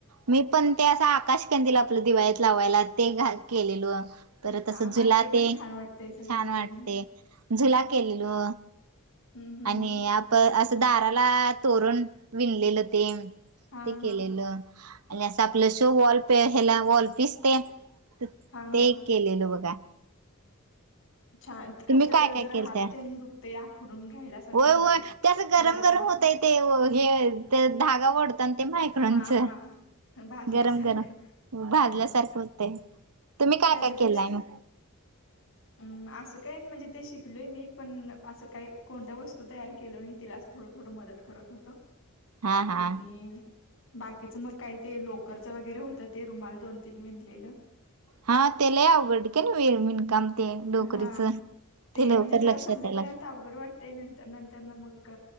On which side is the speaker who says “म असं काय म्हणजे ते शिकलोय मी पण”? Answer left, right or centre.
Left